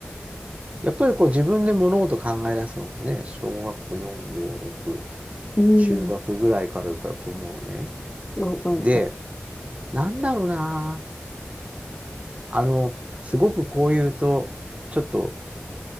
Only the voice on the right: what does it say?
やっぱりこう自分で物事考え出すのってね、小学校4、5、6、
中学ぐらいからだと思うのね。
で、なんだろうな。あの、すごくこう言うと、ちょっと